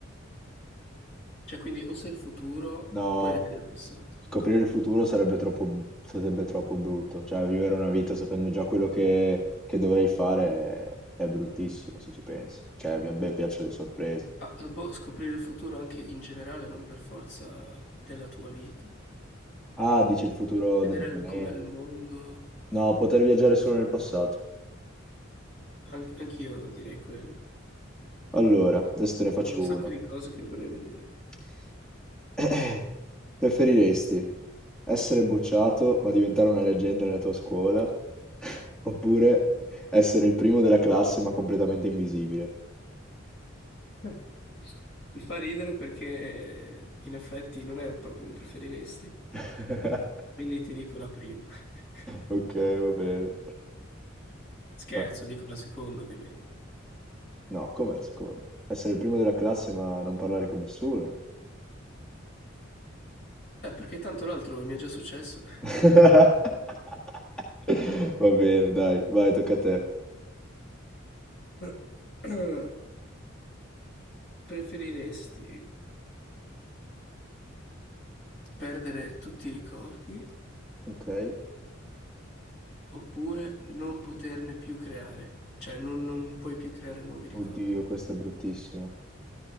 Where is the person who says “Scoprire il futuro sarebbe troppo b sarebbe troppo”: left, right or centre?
Centre